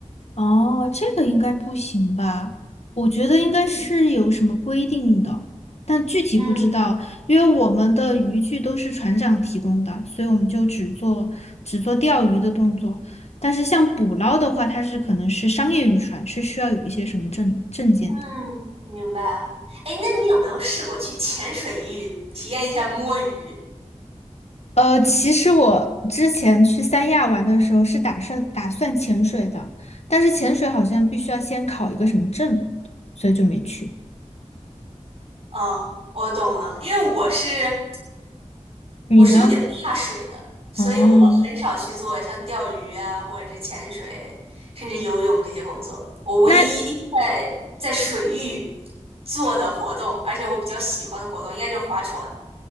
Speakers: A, on the left; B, on the right.
A: 哦，这个应该不行吧？我觉得应该是有什么规定的，但具体不知道，
B: 嗯
A: 因为我们的渔具都是船长提供的，所以我们就只做只做钓鱼的动作。但是像捕捞的话，它是可能是商业渔船，是需要有一些什么证证件的。
B: 嗯，明白了。哎，那你有没有试过去浅水域体验一下摸鱼？
A: 呃，其实我之前去三亚玩的时候是打算打算潜水的，但是潜水好像必须要先考一个什么证，所以就没去。
B: 哦，我懂了，因为我是
A: 你呢？
B: 我是有点怕水的，所以我很少去做像钓鱼啊，
A: 哦，
B: 或者是潜水，甚至游泳这些工作。我唯一在在水域
A: 那
B: 做的活动，而且我比较喜欢的活动，应该就是划船。